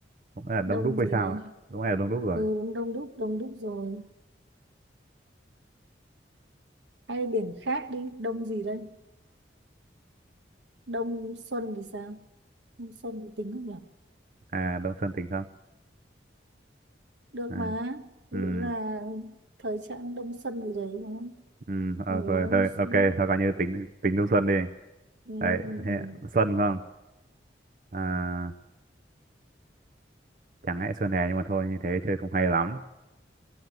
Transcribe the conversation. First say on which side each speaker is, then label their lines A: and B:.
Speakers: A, on the right; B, on the right.
A: cũng là Đông
B: đông
A: Đúc hay
B: gì
A: sao
B: đây
A: ạ đúng là Đông Đúc rồi
B: ừ đúng đông đúc đông đúc rồi hay biển khác đi đông gì đây đông xuân thì sao đông xuân thì tính không nhỉ
A: à Đông Xuân tính không
B: được
A: à
B: mà ví
A: ừ
B: dụ là thời trạng đông xuân gì đấy đúng không?
A: ừ ờ,
B: mùa
A: rồi
B: đông
A: thôi ok
B: xuân
A: thôi coi như tính tính Đông Xuân đi
B: ừ,
A: đấy
B: ừ,
A: thế,
B: ừ.
A: Xuân không à chẳng lẽ Xuân hè nhưng mà thôi như thế chơi cũng hay lắm